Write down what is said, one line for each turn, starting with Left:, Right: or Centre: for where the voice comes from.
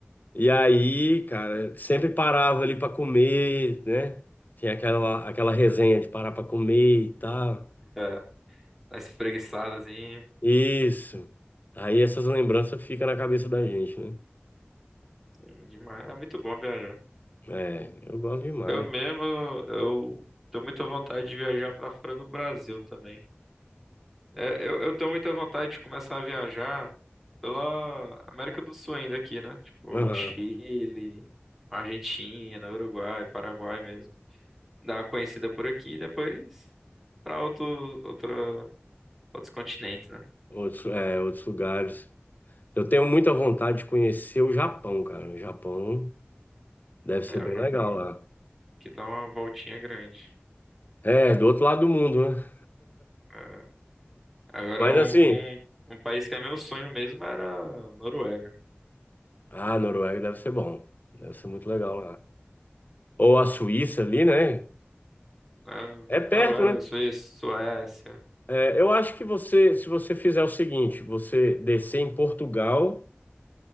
Left: E aí, cara, sempre parava ali pra comer, né? Tinha aquela, aquela resenha de parar pra comer e tal.
Centre: É. As espreguiçadas, assim.
Left: Isso. Aí essas lembranças ficam na cabeça da gente, né?
Centre: Sim, demais. É muito bom viajar.
Left: É, eu gosto demais.
Centre: Eu mesmo, eu tenho muita vontade de viajar para fora do Brasil também. É, eu, eu tenho muita vontade de começar a viajar pela América do Sul ainda aqui, né? Tipo,
Left: Aham.
Centre: Chile, Argentina, Uruguai, Paraguai mesmo. Dar uma conhecida por aqui e depois para outro, outra, outros continentes, né?
Left: Outros, é, outros lugares. Eu tenho muita vontade de conhecer o Japão, cara. O Japão deve
Centre: É,
Left: ser bem
Centre: o Japão,
Left: legal lá.
Centre: que dá uma voltinha grande.
Left: É, do outro lado do mundo, né?
Centre: É. Agora,
Left: Mas
Centre: um,
Left: assim,
Centre: um, um país que é meu sonho mesmo era a Noruega.
Left: ah, Noruega deve ser bom. Deve ser muito legal lá. Ou a Suíça ali, né?
Centre: né?
Left: É perto,
Centre: Noruega,
Left: né?
Centre: Suíça, Suécia.
Left: É, eu acho que você, se você fizer o seguinte, você descer em Portugal